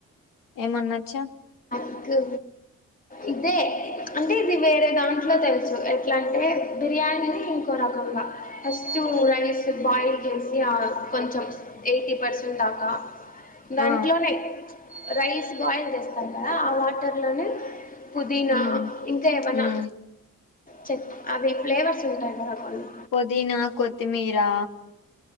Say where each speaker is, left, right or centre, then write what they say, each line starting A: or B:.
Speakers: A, on the left; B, on the left.
A: ఏమనచ్చా
B: నాకు ఇదే అంటే ఇది వేరే దాంట్లో తెలుసు ఎట్లా అంటే బిర్యానీని ఇంకో రకంగా ఫస్టు రైస్ బాయిల్ చేసి కొంచెం ఎయిటీ పర్సెంట్ దాకా దాంట్లోనే
A: ఆ
B: రైస్ బాయిల్ చేస్తాం కదా అ వాటర్లోనే పుదీనా
A: ఉమ్
B: ఇంకా ఏమైనా
A: ఉమ్
B: చె అవి ఫ్లేవర్స్ ఉంటాయి కదా కొన్ని
A: పుదీనా కొత్తిమీరా